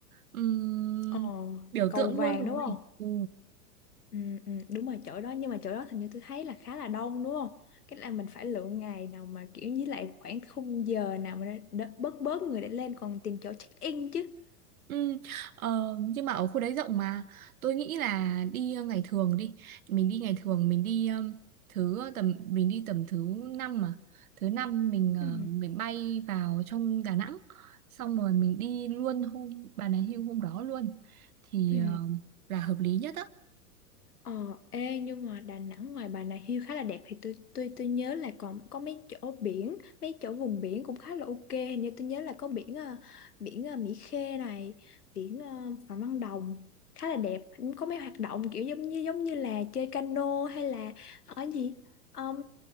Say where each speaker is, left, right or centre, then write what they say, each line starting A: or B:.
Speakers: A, on the right; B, on the left.
A: Ừm,
B: Ờ,
A: biểu
B: cầu
A: tượng
B: vàng
A: luôn rồi.
B: đúng không?
A: Ừ.
B: Ừ, ừ, đúng rồi chỗ đó nhưng mà chỗ đó hình như tôi thấy là khá là đông đúng không? Cái là mình phải lựa ngày nào mà kiểu với lại khoảng khung giờ nào mà nó đ- bớt bớt người để lên còn tìm chỗ check in chứ.
A: Ừ, ờ, nhưng mà ở khu đấy rộng mà tôi nghĩ là đi ờ, ngày thường đi mình đi ngày thường mình đi um, thứ ờ, tầm mình đi tầm thứ năm mà thứ năm mình ờ,
B: Ừ.
A: mình bay vào trong Đà Nẵng xong rồi mình đi luôn hôm Bà Nà Hills hôm đó luôn thì
B: Ừ.
A: ờ, là hợp lý nhất á
B: Ờ, ê, nhưng mà Đà Nẵng ngoài Bà Nà Hills khá là đẹp thì tôi tôi tôi nhớ là còn có mấy chỗ biển, mấy chỗ vùng biển cũng khá là ok. Hình như tôi nhớ là có biển ờ, biển ờ, Mỹ Khê này, biển ờ, Phạm Văn Đồng khá là đẹp. Có mấy hoạt động kiểu giống như giống như là chơi cano hay là ở gì Ờm,